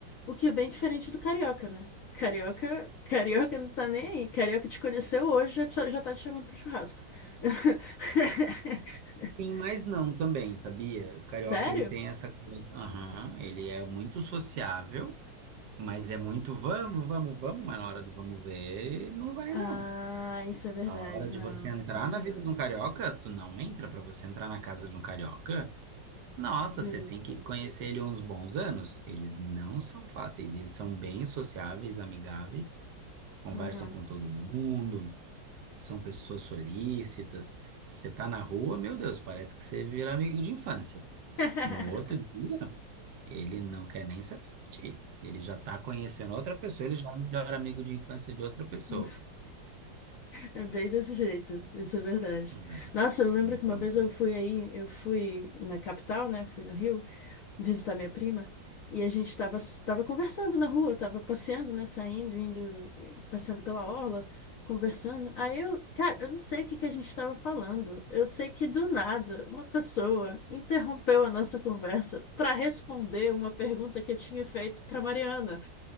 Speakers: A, on the left (about 70°); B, on the right (about 75°).
A: O que é bem diferente do carioca, né? Carioca, carioca não tá nem aí. Carioca te conheceu hoje, já, te- já tá te chamando pro churrasco. <laughs>
B: Sim, mas não também, sabia? O carioca,
A: Sério?
B: ele tem essa coisa, aham, ele é muito sociável, mas é muito vamos, vamos, vamos, mas na hora do vamos ver, ele não vai
A: Ah,
B: não.
A: isso é verdade.
B: A hora de
A: Não,
B: você entrar
A: isso é verdade.
B: na vida de um carioca, tu não entra pra você entrar na casa de um carioca. Nossa,
A: Justo.
B: você tem que conhecer ele uns bons anos. Eles não são fáceis, eles são bem sociáveis, amigáveis, conversam
A: Uhum.
B: com todo mundo, são pessoas solícitas. Se você tá na rua, meu Deus, parece que você vira amigo de infância.
A: <laughs>
B: No outro dia, ele não quer nem saber de ti. Ele já tá conhecendo outra pessoa, ele já é o melhor amigo de infância de outra pessoa.
A: <laughs> É bem desse jeito, isso é verdade.
B: É.
A: Nossa, eu lembro
B: Então,
A: que uma vez eu fui aí, eu fui na capital, né? Fui no Rio visitar minha prima e a gente tava, tava conversando na rua, tava passeando, né? Saindo, indo, passeando pela orla, conversando. Aí eu, cara, eu não sei o que que a gente tava falando. Eu sei que do nada uma pessoa interrompeu a nossa conversa para responder uma pergunta que eu tinha feito para Mariana,